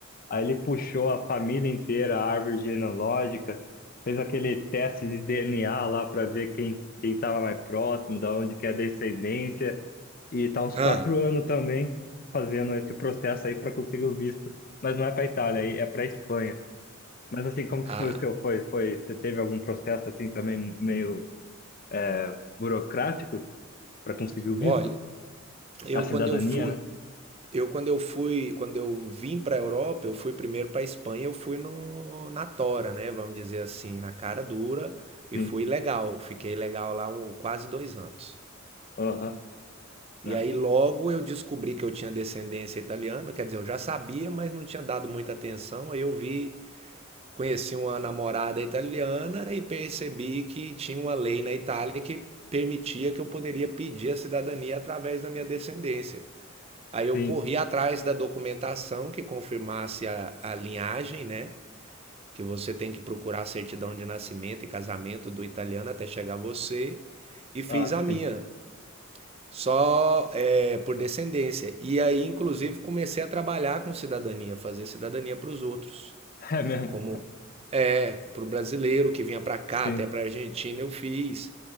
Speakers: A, on the left (about 45°); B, on the right (about 30°).
A: Aí ele puxou a família inteira, a árvore genealógica, fez aquele teste de DNA lá para ver quem quem estava mais próximo, da onde que é a descendência, e tá uns quatro
B: Ah,
A: anos também fazendo esse processo aí para conseguir o visto, mas não é para Itália, aí é para Espanha. Mas assim, como que
B: ah,
A: foi o seu? Foi, foi, você teve algum processo assim também meio é, burocrático para conseguir o visto?
B: olha, eu
A: A cidadania,
B: quando eu fui,
A: né?
B: eu quando eu fui, quando eu vim para a Europa, eu fui primeiro para a Espanha, eu fui no, na tora, né? Vamos dizer assim, na cara dura e
A: Sim.
B: fui legal, fiquei legal lá um, quase dois anos.
A: Aham. né?
B: E aí logo eu descobri que eu tinha descendência italiana, quer dizer, eu já sabia, mas não tinha dado muita atenção. Aí eu vi, conheci uma namorada italiana e percebi que tinha uma lei na Itália que permitia que eu poderia pedir a cidadania através da minha descendência. Aí eu
A: Sim.
B: corri atrás da documentação que confirmasse a, a linhagem, né? Que você tem que procurar a certidão de nascimento e casamento do italiano até chegar você. E fiz
A: Ah,
B: a minha.
A: sim.
B: Só é, por descendência. E aí, inclusive, comecei a trabalhar com cidadania, fazer cidadania para os outros.
A: <laughs> É mesmo.
B: Como é, para o brasileiro que vinha para cá,
A: Sim.
B: até para a Argentina, eu fiz.